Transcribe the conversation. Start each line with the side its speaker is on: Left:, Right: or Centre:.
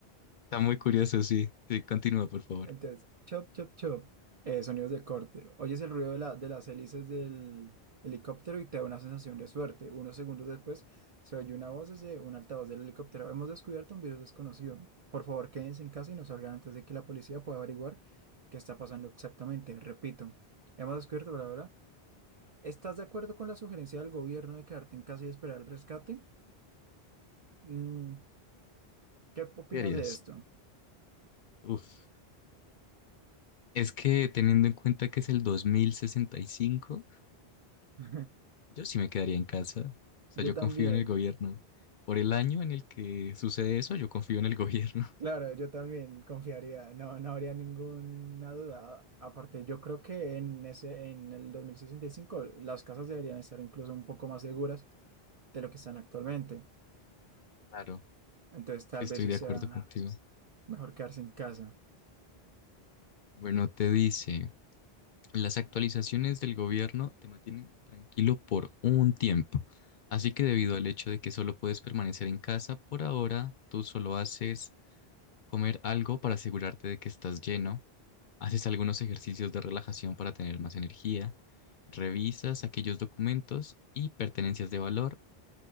Left: Está muy curioso, sí. Sí, continúa, por favor.
Right: Entonces, chop, chop, chop. eh, sonidos de corte. Oyes el ruido de, la- de las hélices del helicóptero y te da una sensación de suerte. Unos segundos después se oye una voz desde un altavoz del helicóptero. Hemos descubierto un virus desconocido. Por favor, quédense en casa y no salgan antes de que la policía pueda averiguar qué está pasando exactamente. Repito, hemos descubierto, bla, bla, bla. ¿Estás de acuerdo con la sugerencia del gobierno de quedarte en casa y esperar el rescate? Mm, ¿qué opinas
Left: ¿Qué harías?
Right: de esto?
Left: Uf. Es que teniendo en cuenta que es el dos mil sesenta y cinco
Right: <laughs>
Left: yo sí me quedaría en casa. O
Right: Yo
Left: sea, yo
Right: también.
Left: confío en el gobierno. Por el año en el que sucede eso, yo confío en el gobierno. <laughs>
Right: Claro, yo también confiaría, no, no habría ninguna duda. A- Aparte, yo creo que en ese, en el 2065 las casas deberían estar incluso un poco más seguras de lo que están actualmente.
Left: Claro,
Right: Entonces, tal
Left: sí estoy
Right: vez sí
Left: de
Right: sea
Left: acuerdo contigo.
Right: mejor quedarse en casa.
Left: Bueno, te dice, las actualizaciones del gobierno te mantienen tranquilo por un tiempo, así que debido al hecho de que solo puedes permanecer en casa por ahora, tú solo haces comer algo para asegurarte de que estás lleno, haces algunos ejercicios de relajación para tener más energía, revisas aquellos documentos y pertenencias de valor,